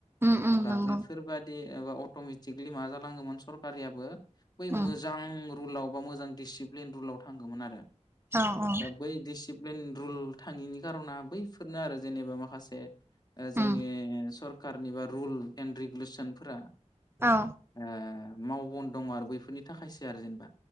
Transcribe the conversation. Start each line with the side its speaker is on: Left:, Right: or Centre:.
Right: उम उम
Left: अब्ला
Right: नंगौ
Left: बैफोरबादि एबा अट'मेटिकलि मा जालांगोमोन सरकारियाबो बै
Right: उम
Left: मोजां रुलाव बा मोजां डिसिप्लिन रुलाव थांगौमोन आरो
Right: औ औ
Left: दा बै डिसिप्लिन रुल थाङिनि कार'ना बैफोरनो आरो जेनेबा माखासे ओ‌ जोंनि
Right: उम
Left: सर सोरखारारनि बा रुल एन्ड रेगुलेसनफोरा
Right: औ
Left: ओ मावबन दङ आरो बैफोरनि थाखायसो आरो जेनेबा